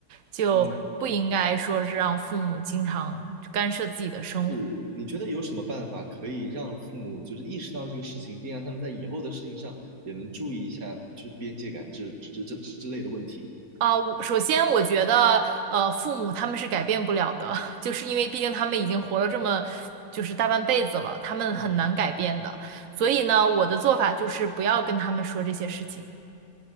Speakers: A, on the right; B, on the right.
A: 就不应该说是让父母经常干涉自己的生活。
B: 嗯，是你觉得有什么办法可以让父母就是意识到这个事情，并让他们在以后的事情上也能注意一下，就是边界感这这这之类的问题？
A: 啊，我首先我觉得，呃，父母他们是改变不了的，<laughs> 就是因为毕竟他们已经活了这么，就是大半辈子了，他们很难改变的。
B: 嗯，
A: 所以呢，我的做法就是不要跟他们说这些事情，